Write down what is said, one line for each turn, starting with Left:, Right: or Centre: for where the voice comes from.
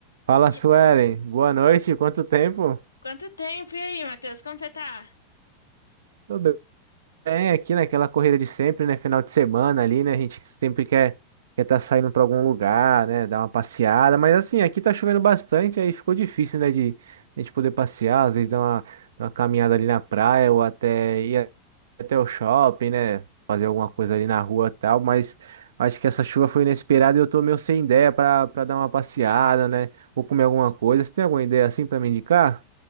Right: Fala,
Left: E-
Right: Suelen. Boa noite. Quanto tempo?
Left: Quanto tempo? E aí, Matheus? Como você tá?
Right: Tudo bem aqui naquela corrida de sempre, né? Final de semana ali, né? A gente sempre quer quer tá saindo para algum lugar, né? Dar uma passeada. Mas assim, aqui tá chovendo bastante, aí ficou difícil, né? De a gente poder passear, às vezes dar uma, dar uma caminhada ali na praia ou até ir até o shopping, né? Fazer alguma coisa ali na rua e tal. Mas acho que essa chuva foi inesperada e eu tô meio sem ideia para para dar uma passeada, né? Ou comer alguma coisa. Você tem alguma ideia assim para me indicar?